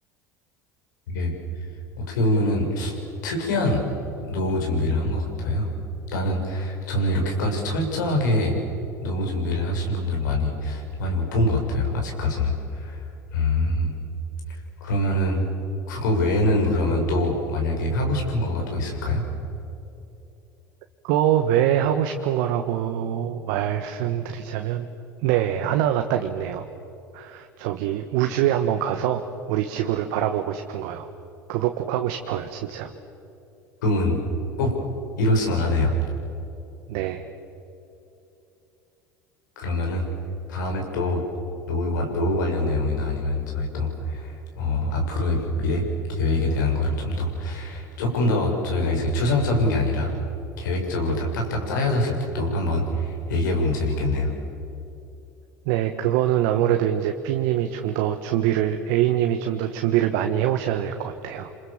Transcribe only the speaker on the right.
그거 왜 하고 싶은 거라고 말씀드리자면, 네, 하나가 딱 있네요. 저기 우주에 한번 가서 우리 지구를 바라보고 싶은 거요. 그거 꼭 하고 싶어요, 진짜.
네.
네, 그거는 아무래도 이제 B님이 좀 더 준비를, A님이 좀 더 준비를 많이 해오셔야 될 것 같아요.